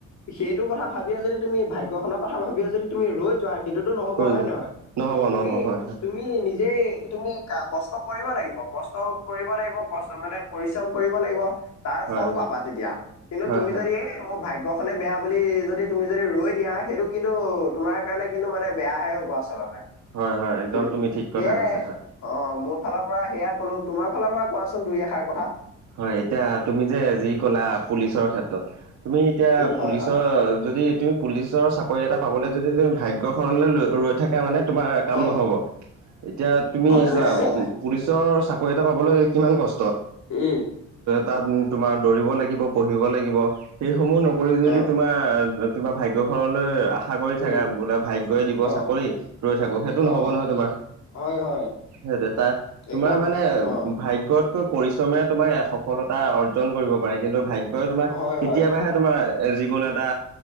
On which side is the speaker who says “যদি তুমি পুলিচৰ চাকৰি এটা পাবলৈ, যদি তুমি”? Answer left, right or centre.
Right